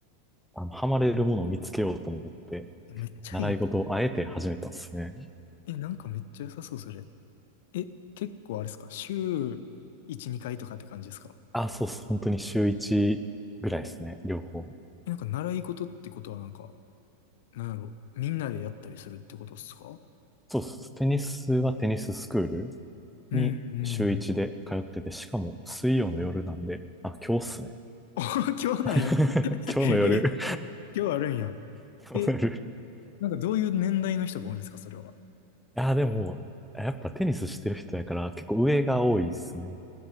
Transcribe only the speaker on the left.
めっちゃいいな、
それえ、なんかめっちゃ良さそう、それ。え、結構あれっすか週1、2回とかって感じですか
え、なんか習い事ってことはなんか、なんやろ、みんなでやったりするってことっすか
うんうんうん。
<laughs> 今日なんや。
ええ今日あるんや。
え、なんかどういう年代の人が多いんですか、それは。